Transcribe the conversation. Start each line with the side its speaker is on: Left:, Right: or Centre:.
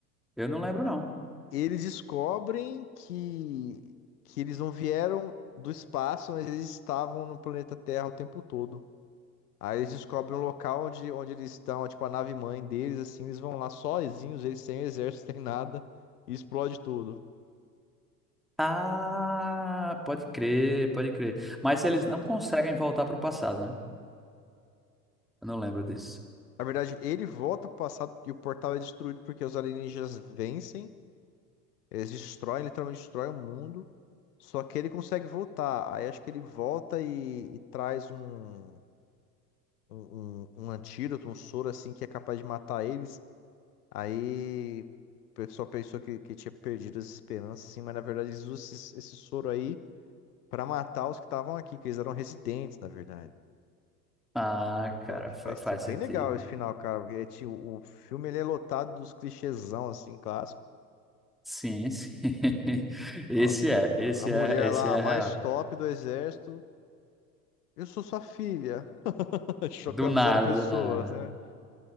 Centre: Eu não lembro, não.
Left: eles descobrem que, que eles não vieram do espaço, mas eles estavam no planeta Terra o tempo todo. Aí eles descobrem o local onde, onde eles estão, tipo a nave mãe deles, assim, eles vão lá sozinhos, eles sem exército, <laughs> sem nada, e explode tudo.
Centre: Ah, pode crer, pode crer. Mas eles não conseguem voltar pro passado, né? Eu não lembro disso.
Left: Na verdade, ele volta pro passado porque o portal é destruído porque os alienígenas vencem, eles destroem, literalmente destroem o mundo. Só que ele consegue voltar. Aí acho que ele volta e, e traz um, um, um, um antídoto, um soro assim que é capaz de matar eles. Aí o pessoal pensou que, que tinha perdido as esperanças, assim, mas na verdade eles usam esse, esse soro aí pra matar os que estavam aqui, que eles eram residentes, na verdade.
Centre: Ah,
Left: Eu
Centre: cara,
Left: tava aqui
Centre: fa-
Left: faz
Centre: faz
Left: tempo. Bem
Centre: sentido.
Left: legal esse final, cara, porque é, tipo, o filme ele é lotado dos clichêzão, assim, clássico.
Centre: Sim, sim. <laughs> Esse
Left: Nossa,
Centre: é, esse
Left: a mulher
Centre: é, esse
Left: lá,
Centre: é
Left: a mais
Centre: real.
Left: top do exército. Eu sou sua filha. <laughs> Chocando
Centre: Do nada,
Left: zero pessoas,
Centre: do nada.
Left: né?